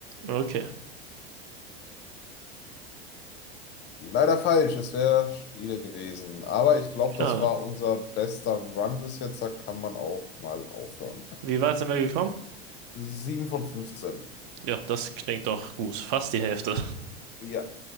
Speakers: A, on the right; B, on the left.
A: Okay,
B: Leider falsch, es wäre Chile gewesen. Aber ich glaube,
A: schade.
B: das war unser bester Run bis jetzt. Da kann man auch mal aufhören.
A: Wie weit sind wir gekommen?
B: 7 von 15.
A: Ja, das klingt doch gut. Fast die Hälfte.
B: Ja.